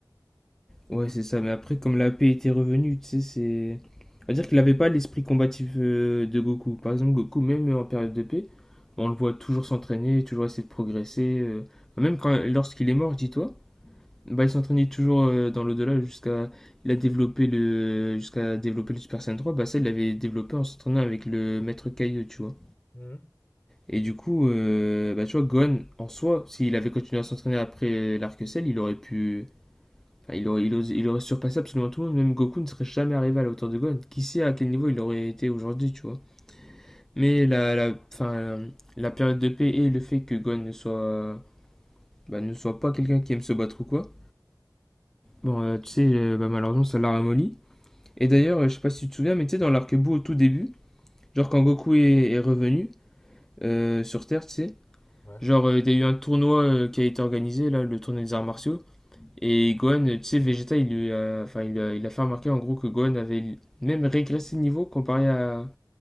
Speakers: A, in the centre; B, on the left (about 25°).
A: Ouais, c'est ça. Mais après, comme la paix était revenue, tu sais, c'est. On va dire qu'il n'avait pas l'esprit combatif euh, de Goku. Par exemple, Goku, même en période de paix, on le voit toujours s'entraîner, toujours essayer de progresser. euh. Enfin, Même quand, lorsqu'il est mort, dis-toi, bah, il s'entraînait toujours euh, dans l'au-delà jusqu'à. Il a développé le. Jusqu'à développer le Super Saiyan 3. Bah, ça, il l'avait développé en s'entraînant avec le Maître Kaio, tu vois.
B: Mhm.
A: Et du coup, euh, bah, tu vois, Gohan, en soi, s'il avait continué à s'entraîner après euh, l'arc Cell, il aurait pu Enfin, il, aurait, il, os- il aurait surpassé absolument tout le monde, même Goku ne serait jamais arrivé à la hauteur de Gohan. Qui sait à quel niveau il aurait été aujourd'hui, tu vois. Mais la, la, fin la période de paix et le fait que Gohan ne soit, euh, bah, ne soit pas quelqu'un qui aime se battre ou quoi, bon, euh, tu sais, euh, bah, malheureusement, ça l'a ramolli. Et
B: Mhm.
A: d'ailleurs, euh, je sais pas si tu te souviens, mais tu sais, dans l'arc Buu au tout début, genre quand Goku est, est revenu euh, sur Terre, tu sais,
B: Ouais.
A: genre euh, il euh, y a eu un tournoi euh, qui a été organisé, là, le tournoi des arts martiaux, Et Gohan, tu sais, Vegeta, il lui a, enfin, il a, il a fait remarquer en gros que Gohan avait même régressé de niveau comparé à,